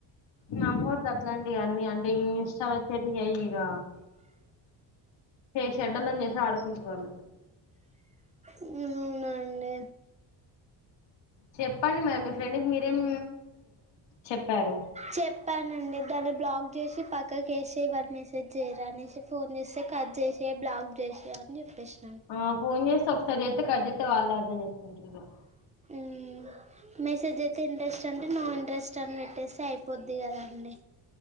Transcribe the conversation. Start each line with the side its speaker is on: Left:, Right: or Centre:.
Left: నమ్మదు అట్లాంటి అన్నీ అంటే ఇ ఇన్ష్టాలో వచ్చేటియి ఇక ఫషెడ్డలని చూసి ఆడుకుంటు వాళ్ళు
Right: ఉ అవునండి
Left: చెప్పండి మరి మీ ఫ్రెండ్కి మీరేం చెప్పారు
Right: చెప్పానండి దాన్ని బ్లాక్ చేసి పక్క కేసే వాారు మెసేజ్ చేయరనేసి ఫోన్ చేస్తే కట్ చేసె బ్లాక్ చేసిే అని చెప్పేస్న
Left: ఆ ఫోన్ చేసి ఒకసారి చేత్తే కట్తే వాళ్ళే అదం చేసుకుంటారు
Right: మ్ మెసేజ్ అయితే ఇంట్రెస్ట్ అండి నో ఇంట్రెస్ట్ అని పెట్టేసై అయిపోద్ది కదా అండి